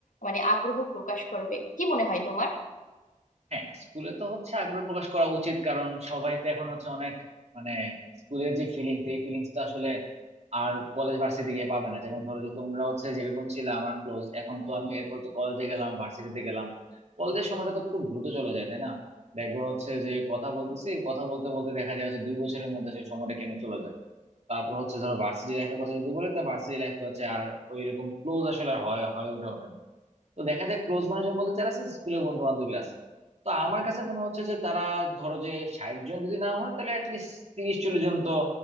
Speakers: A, on the left; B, on the right.
A: মানে আগ্রহ প্রকাশ করবে কি মনে হয় তোমার
B: হ্যাঁ স্কুলে তো হচ্ছে আগ্রহ প্রকাশ করা উচিত কারণ সবাই তো এখন হচ্ছে অনেক মানে স্কুলের যে ফিলিংস এই ফিলিংস তো আসলে আর কলেজ ভার্সিটি গিয়ে পাবে না যেমন ধরো যে তোমরা হচ্ছে যেরকম ছিল আমার ক্লোজ এখন তো আমি এরপর তো কলেজে গেলাম ভার্সিটিতে গেলাম কলেজের সময়টা তো খুব দ্রুত চলে যায় তাই না দেখবা হচ্ছে যে কথা বলতেছি কথা বলতে বলতে দেখা যায় হচ্ছে দুই বছরের মধ্যে সেই সময়টা কেমনে চলে যায় তারপর হচ্ছে ধরো ভার্সিটি লাইফের কথা যদি বলি তো ভার্সিটি লাইফ তো হচ্ছে আর ওই রকম ক্লোজ আসলে আর হয় হয়ে ওঠে ওঠে না তো দেখা যায় ক্লোজ মানুষজন বলতে যারা আছে স্কুলে বন্ধু বান্ধবী আছে তো আমার কাছে মনে হচ্ছে যে তারা ধরো যে ষাট জন যদি না হয় তাহলে অ্যাটলিস্ট তিরিশ চল্লিশ জন তো